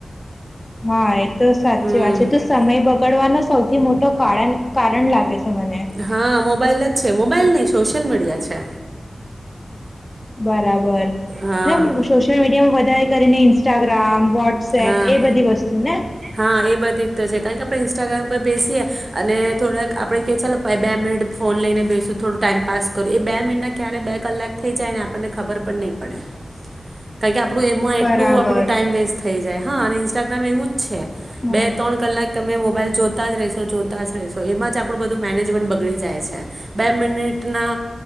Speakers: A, on the left; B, on the right.
A: હા તો સાચી
B: હમ
A: વાત છે તો સમય બગાડવાનો સૌથી મોટો કારણ કારણ લાગે છે મને
B: હા મોબાઈલ જ છે મોબાઈલ નહી સોશિયલ મીડિયા છે
A: બરાબર
B: હા
A: એ સોશિયલ મીડિયામાં વધારે કરીને ઇન્સ્ટાગ્રામ વોટ્સએપ
B: હા
A: એ બધી વસ્તુ ને
B: હા એ બધી તો છે કારણ કે આપ ઇન્સ્ટાગ્રામ પર બેસીએ અને થોડાક આપણે ક ચાલો બે મિનિટ ફોન લઈને બેસું થોડો ટાઈમપસ કરું એ બે મિનિટના ક્યારેય બે કલાક થઈ જાયને આપણને ખબર પણ નહીં પડે કારણ કે આપ આપણું એમાં
A: બરાબર
B: એટલું આપણું ટાઈમ વેસ્ટ થ જાય હા અને ઇન્સ્ટાગ્રામ એવું જ છે
A: હા
B: બે ત્રણ કલાક તમે મોબાઈલ જોતા જ રહેશો જોતા જ રહેશો એમાં જ આપણું બધું મેનેજમેન્ટ બગડી જાય છે બે મિનિટના